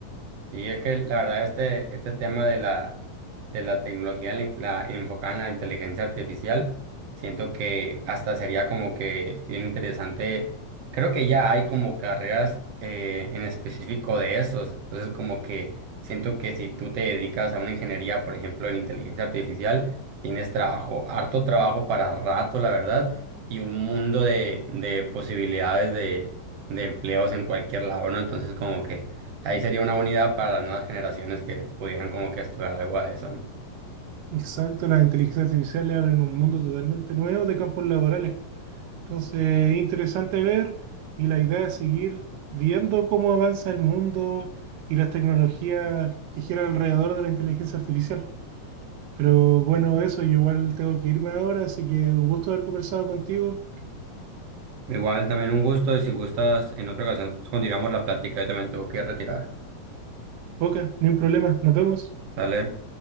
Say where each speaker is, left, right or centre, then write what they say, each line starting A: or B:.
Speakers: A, on the right; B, on the right.
A: Sí, es que la verdad este, este tema de la, de la tecnología la, la- enfocada en la inteligencia artificial, siento que hasta sería como que bien interesante. Creo que ya hay como carreras eh, en específico de esos. Entonces como que siento que si tú te dedicas a una ingeniería, por ejemplo, en inteligencia artificial, tienes trabajo, harto trabajo para rato, la verdad, y un mundo de, de posibilidades de, de empleos en cualquier lado, ¿no? Entonces como que... Ahí sería una buena idea para las nuevas generaciones que pudieran como que estudiar algo a eso, ¿no?
B: Exacto, las inteligencias artificiales abren un mundo totalmente nuevo de campos laborales. Entonces, interesante ver y la idea es seguir viendo cómo avanza el mundo y las tecnologías que giran alrededor de la inteligencia artificial. Pero bueno, eso, yo igual tengo que irme ahora, así que un gusto haber conversado contigo.
A: Igual también un gusto y si gustas, en otra ocasión continuamos la plática, yo también tengo que retirar.
B: Ok, ni un problema, nos vemos.
A: ¿Sale?